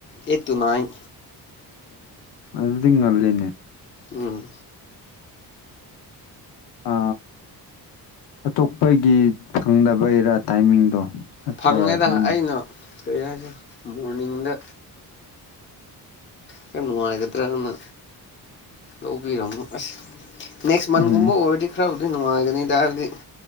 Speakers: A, on the left; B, on the left.
A: ꯑꯩꯠ ꯇꯨ ꯅꯥꯏꯟ
B: ꯑꯗꯨꯜꯅꯦ
A: ꯎꯝ
B: ꯑ ꯑꯇꯣꯞꯄꯒꯤ ꯐꯪꯗꯕꯩꯔꯥ ꯇꯥꯏꯃꯤꯡꯗꯣ ꯑꯠꯇ
A: ꯐꯪꯉꯦꯗ
B: ꯅꯪꯅ
A: ꯑꯩꯅ ꯀꯔꯤ ꯍꯥꯏ ꯃꯣꯔꯅꯤꯡꯗ ꯈꯔ ꯅꯨꯡꯉꯥꯏꯒꯗ꯭ꯔꯅ ꯂꯧꯕꯤꯔꯝꯃꯣ ꯑꯁ ꯅꯦꯛꯁ ꯃꯟꯒꯨꯝꯕ
B: ꯎꯝ
A: ꯑꯣꯏꯔꯗꯤ ꯈꯔ ꯑꯗꯨꯗꯤ ꯅꯨꯡꯉꯥꯏꯒꯅꯤꯗ ꯍꯥꯏꯕꯗꯤ